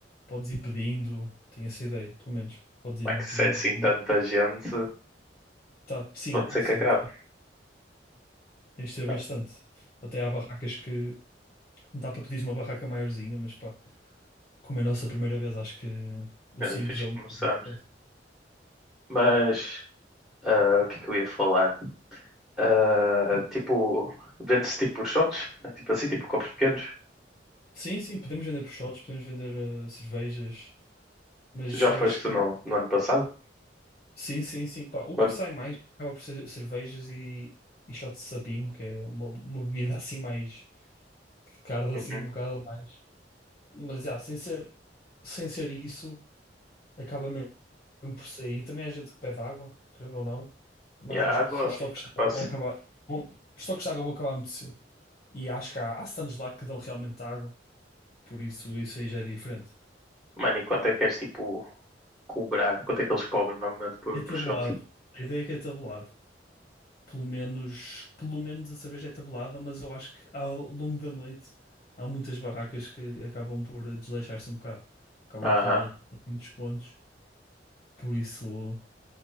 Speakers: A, on the left (about 35°); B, in the centre.
A: Podes ir pedindo, tenho essa ideia, pelo menos. Podes ir
B: Como é que
A: pedindo.
B: se é assim tanta gente?
A: Tá, sim,
B: Pode ser
A: sim,
B: que acabe.
A: tens de ter
B: Bem,
A: bastante. Até há barracas que Dá para pedir uma barraca maiorzinha, mas pá, como é a nossa primeira vez, acho que o
B: eh,
A: simples
B: fixe
A: é
B: que
A: o melhor.
B: começamos.
A: neste caso.
B: Mas ah, o que é que eu ia falar? Ah, tipo, vende-se tipo por shots? Tipo assim, tipo copos pequenos?
A: Sim, sim, podemos vender proshotes, podemos vender eh, cervejas, mas
B: Tu já
A: eu
B: foste
A: acho que
B: no, no ano passado?
A: sim, sim, sim, pá, o
B: Quando?
A: que sai mais acaba por ser cervejas e, e shots de sapinho, que é uma, uma bebida assim mais que carda
B: Uhum.
A: assim um bocado mais. Mas já, sem ser, sem ser isso, acaba mesmo por sair. Também há gente que pede água, querendo ou não, mas
B: E a
A: acho
B: água
A: que os, os toques de
B: é
A: água
B: fácil.
A: vão acabar. vão- os toques de água vão acabar muito cedo. E acho que há, há stands lá que dão realmente água, por isso isso aí já é diferente.
B: Mano, e quanto é que és tipo cobrar? Quanto é que eles cobram normalmente por,
A: É tabulado.
B: por shot?
A: A ideia é que é tabulado. Pelo menos, pelo menos a cerveja é tabulada, mas eu acho que ao longo da noite há muitas barracas que acabam por eh, desleixar-se um bocado. Acabam
B: Aham.
A: por mandar assim descontos. Por isso,